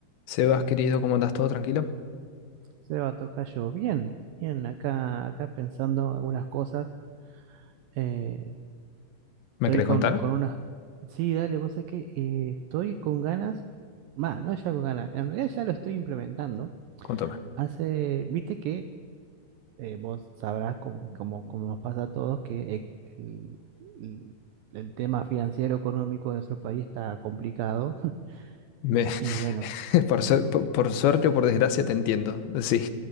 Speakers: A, on the left; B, on the right.
A: Sebas, querido, ¿cómo andas? ¿Todo tranquilo?
B: Seba Tocayo, bien, bien, acá, acá pensando algunas cosas. eh,
A: ¿Me
B: estoy
A: querés
B: con,
A: contar?
B: con unas. Sí, dale, vos sé que eh, estoy con ganas. Va, no ya con ganas. En realidad ya lo estoy implementando.
A: Contame.
B: Hace, viste que eh, vos sabrás, como, como, como nos pasa a todos, que eh, el, el- el tema financiero económico de nuestro país está complicado. <laughs>
A: Me- <laughs>
B: Y bueno,
A: Por, suer- por- por suerte o por desgracia te entiendo, sí.